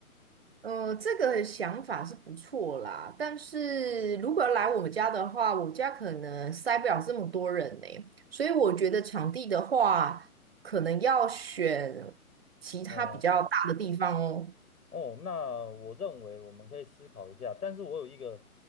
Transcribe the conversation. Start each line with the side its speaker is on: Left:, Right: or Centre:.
Right: 呃，这个想法是不错啦，但是如果要来我们家的话，我家可能塞不了这么多人呢、所以我觉得场地的话，可能要选其他比较大的地方哦。
Left: 哦哦，那我认为我们可以思考一下，但是我有一个